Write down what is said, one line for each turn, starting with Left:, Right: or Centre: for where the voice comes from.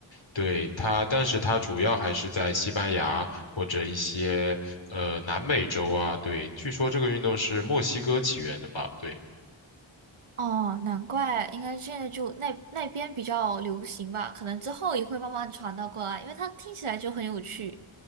Left: 对它，但是它主要还是在西班牙或者一些呃南美洲啊。对，据说这个运动是墨西哥起源的吧？对。
Right: 哦，难怪，应该现在就那那边比较流行吧，可能之后也会慢慢传到过来，因为它听起来就很有趣。